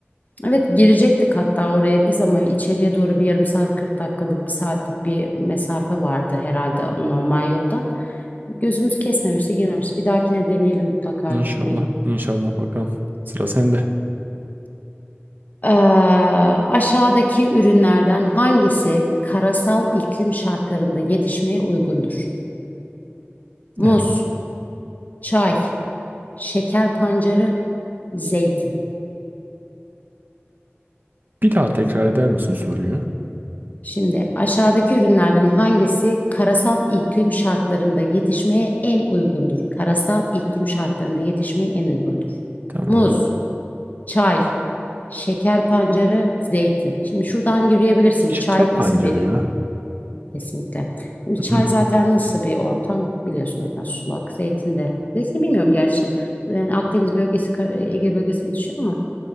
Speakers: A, on the left; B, on the right.
A: Evet girecektik hatta oraya biz ama içeriye doğru bir yarım saat 40 dakikalık bir saatlik bir mesafe vardı herhalde normal yoldan. Gözümüz kesmemişti, girmemişti. Bir dahakine deneyelim mutlaka
B: İnşallah.
A: gitmeyi.
B: İnşallah bakalım. Sıra sende.
A: Ee, aşağıdaki ürünlerden hangisi karasal iklim şartlarında yetişmeye uygundur? Muz,
B: Evet.
A: çay, şeker pancarı, zeytin.
B: Bir daha tekrar eder misin soruyu?
A: Şimdi aşağıdaki ürünlerden hangisi karasal iklim şartlarında yetişmeye en uygundur? Karasal iklim şartlarında yetişmeye en uygundur.
B: Tamam.
A: Muz, çay, şeker pancarı, zeytin. Şimdi şuradan yürüyebilirsin.
B: Şeker
A: Çay nasıl
B: pancarı
A: bir?
B: ya.
A: Kesinlikle. Şimdi çay
B: Hı.
A: zaten nasıl bir ortam? Biliyorsun zaten sulak. Zeytin de. Zeytini bilmiyorum gerçi. Yani Akdeniz bölgesi, Kar- Ege bölgesine düşüyor ama